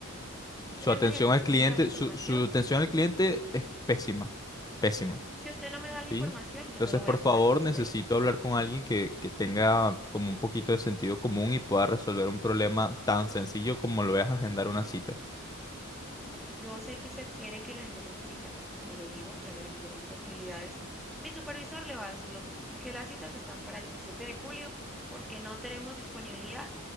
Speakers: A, on the left; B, in the centre.
A: Su
B: Señor
A: atención
B: Daniel, si
A: al
B: usted
A: cliente,
B: no me da la información,
A: su, su atención al cliente es pésima, pésima,
B: si usted no me da la
A: ¿sí?
B: información, yo
A: Entonces,
B: no lo voy
A: por
B: a poder
A: favor,
B: transferir.
A: necesito hablar con alguien que, que tenga como un poquito de sentido común y pueda resolver un problema tan sencillo como lo es agendar una cita.
B: Yo sé que usted quiere que la agendemos su cita, como le digo, ya le brindé las posibilidades. Mi supervisor le va a decir lo mismo, que las citas están para el 17 de julio porque no tenemos disponibilidad,